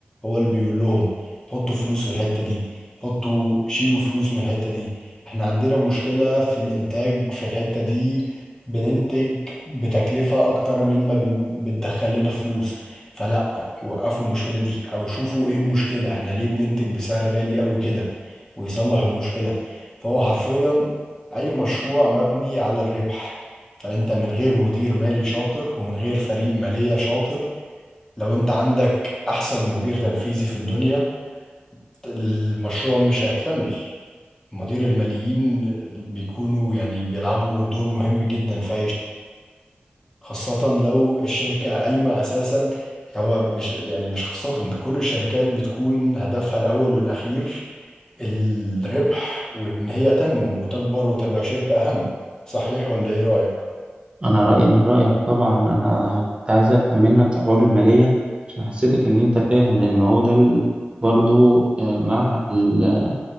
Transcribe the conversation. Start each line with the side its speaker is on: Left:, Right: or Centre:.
Left: هو اللي بيقول لهم حطوا فلوس في الحتة دي حطوا شيلوا فلوس من الحتة دي احنا عندنا مشكلة في الإنتاج في الحتة دي بننتج بتكلفة أكتر من ما بن- بتدخل لنا فلوس فلا وقفوا المشكلة دي أو شوفوا إيه المشكلة احنا ليه بننتج بسعر غالي أوي كده ويصلح المشكلة فهو حرفيا اي مشروع مبني على الربح فانت من غير مدير مالي شاطر ومن غير فريق مالية شاطر لو انت عندك احسن مدير تنفيذي في الدنيا المشروع مش هيكتمل مدير الماليين بيكونوا يعني بيلعبوا دور مهم جدا في اي ش- خاصة لو الشركة قايمة اساسا هو مش يعني مش خاصة ده كل الشركات بتكون هدفها الاول والاخير الربح وان هي تنمو وتكبر وتبقى شركة اهم صحيح ولا ايه رأيك؟
Right: انا رايي من رايك طبعا انا كنت عايز افهم منك في حوار الماليه عشان حسيتك ان انت فاهم لان هو ده ال- برضو آه، مع ال-